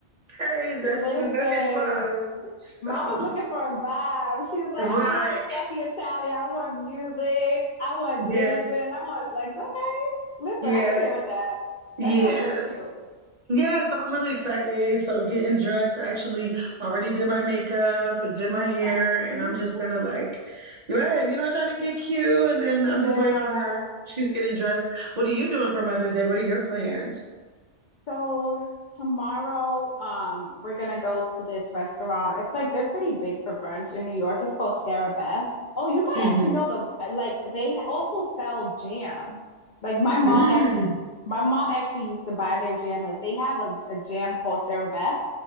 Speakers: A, on the right (about 40°); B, on the left (about 50°).
A: Hey, that's
B: Listen,
A: that's your spot.
B: Mama's
A: So,
B: looking for a vibe. She's like,
A: right.
B: I don't want stuffy Italian. I want music. I want
A: Yes.
B: dancing. I want like, okay, listen,
A: Yes.
B: I can get with that.
A: Yeah.
B: That sounds really cute.
A: Yeah, so I'm really excited. So getting dressed, I actually already did my makeup and did my hair,
B: Nice.
A: and I'm just gonna like, right, you know, trying to get cute, and then I'm
B: Yeah.
A: just waiting on her. She's getting dressed. What are you doing for Mother's Day? What are your plans?
B: So tomorrow, um, we're gonna go to this restaurant. It's like they're pretty big for brunch in New York. It's called Sarah Beth's. Oh, you might
A: Mm-hmm.
B: actually know them. Like they ha- also sell jam. Like my mom
A: Mm-hmm.
B: actually, my mom actually used to buy their jam. Like they have a, a jam called Sarah Beth,